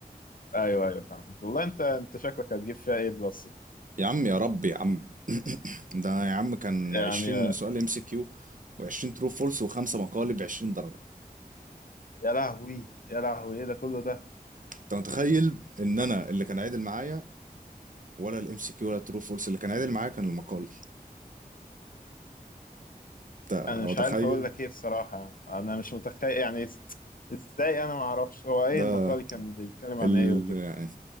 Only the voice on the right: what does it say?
يا عم يا رب يا عم <coughs> <clears throat> ده يا عم كان
20 سؤال ام سي كيو و20 ترو فولس وخمسة مقالب 20 درجة
انت متخيل ان انا اللي كان عادل معايا ولا الام سي كيو ولا الترو فولس اللي كان عادل معايا كان المقالي انت
متخيل
ده
ال...
يعني